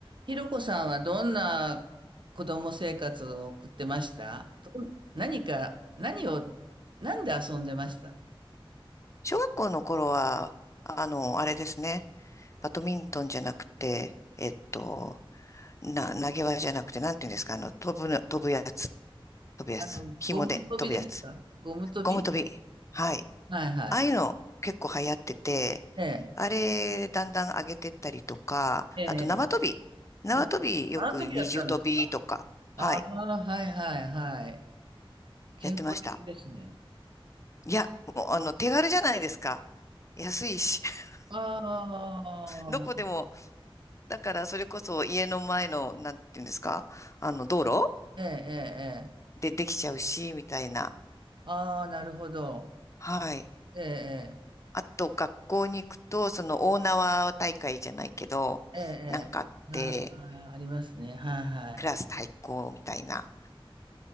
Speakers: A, on the right; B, on the left.
A: ひろこさんはどんな子供生活を送ってましたどん何か、何を、なんで遊んでました
B: 小学校の頃は、あの、あれですね。バドミントンじゃなくて、えっと、な、投げ輪じゃなくて、なんていうんですか、あの、飛ぶの、飛ぶやつ、飛ぶやつ、
A: あの、
B: 紐で飛ぶやつ、
A: ゴム跳びですかゴム跳び
B: ゴム飛び。はい。
A: はいはい。
B: ああいうの結構流行ってて、
A: ええ、
B: あれ、だんだん上げてったりとか、
A: ええ。
B: あと縄跳び。縄跳びよく二重跳びとか、
A: な縄跳びやったんですか
B: はい、
A: ああー、はいはいはい。健康的ですね。
B: やってました。いや、もうあの、手軽じゃないですか。安いし、<laughs>
A: ああ、
B: どこでも。だからそれこそ家の前の、なんていうんですか、あの道路
A: ええ、ええ、ええ。
B: でできちゃうし、みたいな。
A: ああ、なるほど。
B: はい。
A: ええ、
B: あと学校に行くと、その大縄大会じゃないけど、
A: ええ、ええ。
B: なんかあって、
A: ええああ、ありますね。はいはい。
B: クラス対抗みたいな。